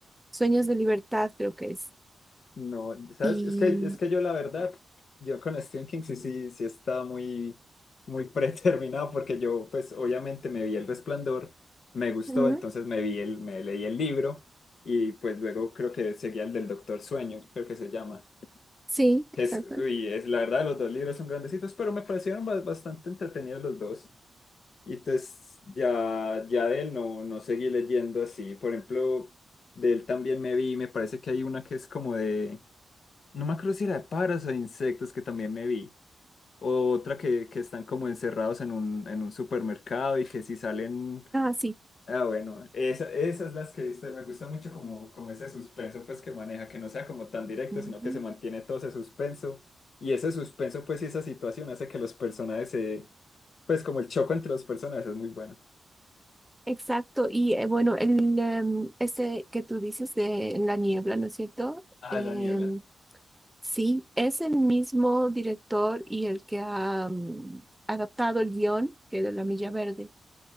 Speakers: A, in the centre; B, on the left.
A: Sueños de Libertad, creo que es.
B: No, ¿sabes?
A: Y
B: Es que, es que yo la verdad, yo con Stephen King sí, sí, sí estaba muy, muy <laughs> predeterminado porque yo pues obviamente me vi El Resplandor, me gustó,
A: Ujú.
B: entonces me vi el, me leí el libro y pues luego creo que seguía el del Doctor Sueño, creo que se llama.
A: sí, exacto.
B: que Es, uy, es la verdad, los dos libros son grandecitos, pero me parecieron ba- bastante entretenidos los dos. Y entonces ya, ya de él no, no seguí leyendo así. Por ejemplo, de él también me vi, me parece que hay una que es como de... No me acuerdo si era de pájaros o de insectos que también me vi. O otra que, que están como encerrados en un, en un supermercado y que si salen...
A: Ah, sí.
B: Ah, bueno, esa, esas las que he visto y me gusta mucho como, como ese suspenso pues que maneja, que no sea como tan directo,
A: Ujú.
B: sino que se mantiene todo ese suspenso. Y ese suspenso pues y esa situación hace que los personajes se... Pues como el choco entre los personajes es muy bueno.
A: Exacto. Y eh, bueno, el, em, ese que tú dices de en la niebla, ¿no es cierto?
B: Ah,
A: Em,
B: la niebla.
A: Sí, es el mismo director y el que ha mm, adaptado el guión que de La Milla Verde.